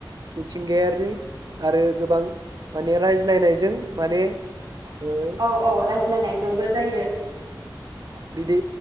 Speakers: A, on the right (about 55°); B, on the right (about 70°).
A: मिथिंगायारि आरो गोबां माने रायज्लायनायजों माने ओ
B: अ रायज्लायनायजोंबो जायो।
A: बिदि